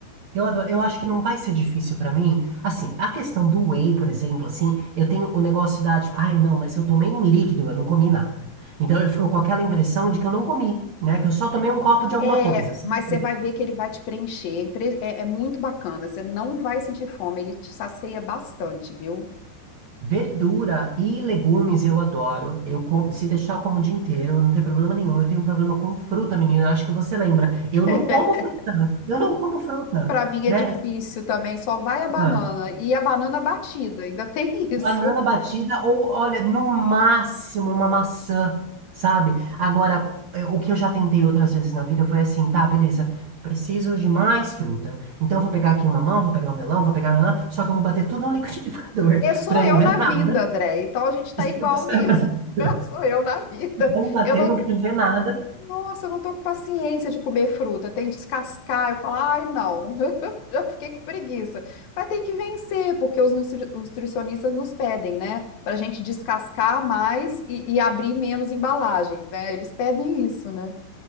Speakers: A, on the right (about 55°); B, on the left (about 65°).
A: eu adoro. Eu acho que não vai ser difícil pra mim. Assim, a questão do whey, por exemplo, assim, eu tenho o negócio da, tipo, ai, não, mas eu tomei um líquido, eu não comi nada. Então eu fico com aquela impressão de que eu não comi, né? Que eu só tomei um copo de alguma
B: É,
A: coisa. sabe?
B: mas você vai ver que ele vai te preencher. É, impre- é- é muito bacana. Você não vai sentir fome. Ele te sacia bastante, viu?
A: Verdura e legumes eu adoro. Eu como, se deixar eu como o dia inteiro, não tem problema nenhum. Eu tenho um problema com fruta, menina. Acho que você lembra. Eu
B: <laughs>
A: não como fruta. Eu não como fruta,
B: Pra mim
A: né?
B: é difícil também. Só vai a banana.
A: Ah,
B: E a banana batida. Ainda <laughs> tem isso.
A: Banana batida ou, olha, no máximo uma maçã, sabe? Agora, é, o que eu já tentei outras vezes na vida foi assim, tá, beleza, preciso de mais fruta. Então eu vou pegar aqui uma mamão, vou pegar um melão, vou pegar... nanã, Só que eu vou bater tudo no liquidificador,
B: É, sou
A: <laughs> pra eu
B: eu
A: não ver
B: na
A: nada.
B: vida, André. Então a gente tá
A: <laughs>
B: igual nisso. <laughs> Sou eu na vida.
A: Vamos bater,
B: Eu não
A: não quero ver nada.
B: Nossa, eu não tô com paciência de comer fruta, tem que descascar. Eu falo, ai, não, <laughs> já fiquei com preguiça. Mas tem que vencer, porque os nutri- os nutricionistas nos pedem, né? Pra gente descascar mais e, e abrir menos embalagens, né? Eles pedem isso, né?